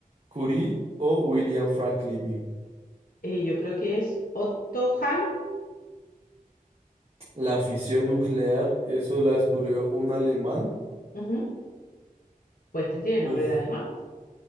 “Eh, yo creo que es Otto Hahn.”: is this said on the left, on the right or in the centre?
Left